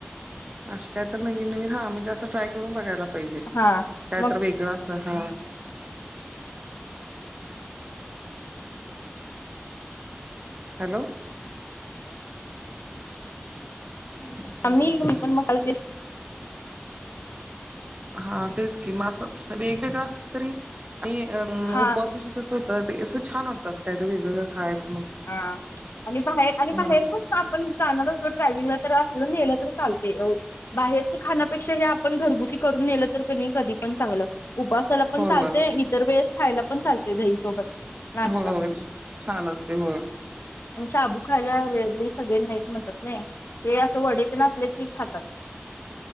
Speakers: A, on the right; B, on the left.
A: अे काय तर नवीन नवीन हा म्हणजे असं ट्राय करून बघायला पाहिजे
B: हा
A: काय
B: मग
A: तर वेगळा अस हा हॅलो ला काय
B: आम्ही
A: झालं
B: मी पण मग
A: हा तेच कि म असं वेगवेगळं अस तरी आणि
B: हा
A: उपवासं दिवशी कसं होतं ते असं छान वाटत काय वेगवेगळं खायच
B: हा आणि बाहेर आणि
A: होय
B: बाहेर पण आपण जाणार असलो ट्रॅव्हलिंगला तर असल नेलं तर चालते बाहेरच खाण्यापेक्षा हे आपण घरगुती करून नेलं तर कध कधी पण चांगलं उभसाला पण
A: होय
B: चालते इतर वेळेस खायला पण चालते दहीसोबत नाश्ता
A: होय होय
B: म्हणून
A: छान असते होय
B: आणि साबू खायला वेग सगळे नाहीत म्हणतात नाही हे असं वडचे नसले की खातात